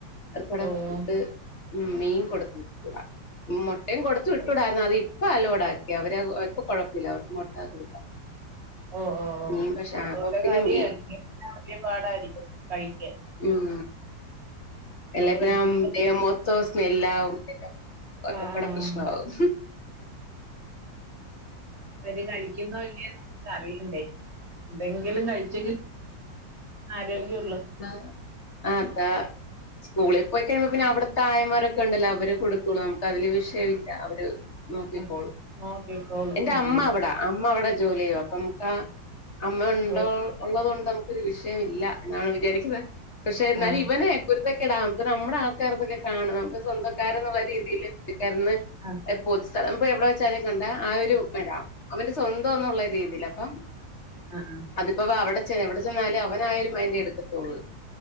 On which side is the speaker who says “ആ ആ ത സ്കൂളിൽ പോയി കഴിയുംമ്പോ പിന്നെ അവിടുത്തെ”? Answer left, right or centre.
Left